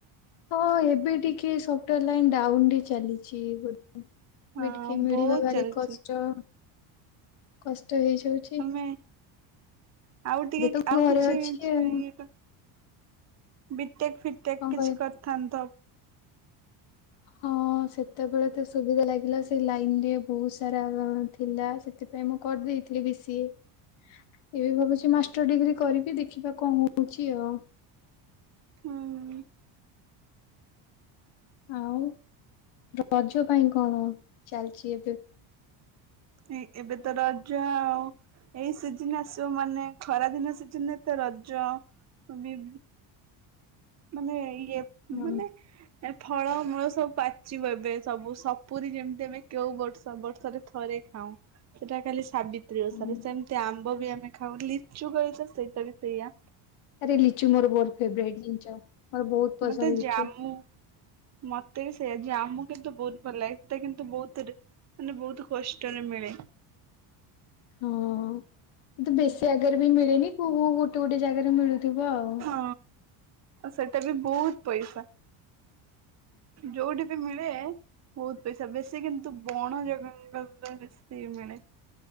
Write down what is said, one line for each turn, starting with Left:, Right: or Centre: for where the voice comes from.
Left: ହଁ ଏବେ ଟିକେ ସ ଟ ଲାଇନ ଡାଉନରେ ଚାଲିଛି ବୋଧେ ଏବେ
Right: ହଁ
Left: ଟିକେ ମିଳିବା
Right: ବହୁତ
Left: ଭାରି
Right: ଚାଲିଛି
Left: କଷ୍ଟ। କଷ୍ଟ ହେଇଯାଉଛି।
Right: ତମେ ଆଉ
Left: ଏବେ
Right: ଟିକେ
Left: ତ ଘରେ
Right: ଆଉ କିଛି
Left: ଅଛି
Right: ଯେ
Left: ଆଉ
Right: ଇଏ କ ବି ଟେକ୍ ଫିଟେକ୍
Left: କଣ
Right: କିଛି
Left: କହିବ?
Right: କରିଥାନ୍ତ।
Left: ହଁ ସେତେବେଳେ ତ ସୁବିଧା ଲାଗିଲା ସେଇ ଲାଇନ ରେ ବହୁତ ସାରା ବ ଥିଲା ସେଥି ପାଇଁ ମୁଁ କରିଦେଇଥିଲି ବି ସି ଏ। ଏବେ ଭାବୁଛି ମାଷ୍ଟର ଡିଗ୍ରୀ କରିବି ଦେଖିବା କଣ ହଉଛି ଆଉ।
Right: ହୁଁ
Left: ଆଉ ରଜ ପାଇଁ କଣ ଚାଲିଛି ଏବେ?
Right: ଏ-ଏବେ ତ ରଜ ଆଉ। ଏଇ ସିଜିିନ ଆସିବ ମାନେ ଖରାଦିନ ସିଜିନ ରେ ତ ରଜ ଅ ବି ମାନେ ଇଏ
Left: ହଁ
Right: ମାନେ। ଏ ଫଳମୂଳ ସବୁ ପାଚିବ ଏବେ ସବୁ ସପୁରୀ ଯେମିତି ଆମେ କେଉ ବର୍ଷ ବର୍ଷରେ ଥରେ। ହଁ। ସେଟା ଖାଲି ସାବିତ୍ରୀ ଓଷାରେ।
Left: ହଁ
Right: ସେମିତି ଆମ୍ବ ବି ଆମେ ଖାଉ ଲିଚୁ କୋଳି ତ ସେଇଟା ବି ସେଇଆ।
Left: ଆରେ ଲିଚୁ ମୋର ବହୁତ୍ ଫେବରେଟ ଜିନିଷ। ମୋର ବହୁତ ପସନ୍ଦ
Right: ମୋତେ
Left: ଲିଚୁ
Right: ଜାମୁ। ମତେ ବି ସେଇଆ, ଜାମୁ କିନ୍ତୁ ବହୁତ ଭଲ ଲାଗେ। ସେଟା କିନ୍ତୁ ବହୁତ ରେ ମାନେ ବହୁତ କଷ୍ଟରେ ମିଳେ।
Left: ହଁ କିନ୍ତୁ ବେଶୀ ଜାଗାରେ ବି ମିଳିନି କୋଉ କୋଉ ଗୋଟେ ଗୋଟେ ଜାଗାରେ ମିଳୁଥିବ ଆଉ।
Right: ହଁ। ଅ ସେଟା ବି ବହୁତ ପଇସା ଯୋଉଠି ବି ମି ଏ ବହୁତ ପଇସା ବେଶୀ କିନ୍ତୁ ବଣ ଜାଗା <unintelligible> ବେଶୀ ମିଳେ।